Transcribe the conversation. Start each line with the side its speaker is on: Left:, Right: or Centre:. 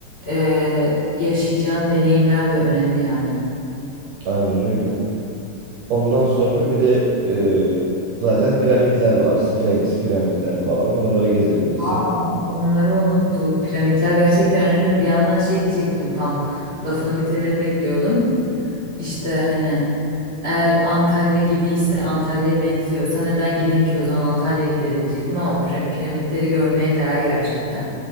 Left: eee yaşayacağın deneyimler de önemli yani.
Right: aynen öyle. Ondan sonra bir de e, zaten piramitler var. Sphinx piramitler falan. Oraları gezebilirsin.
Left: Aa, onları unuttuk. Piramitler gerçekten önemli. Bir yandan şey diyecektim tam lafını bitirmeni bekliyordum. İşte hani Eğer Antalya gibi ise Antalya'ya benziyorsa neden gideyim ki o zaman Antalya'ya giderim diyecektim ama pir- piramitleri görmeye değer gerçekten.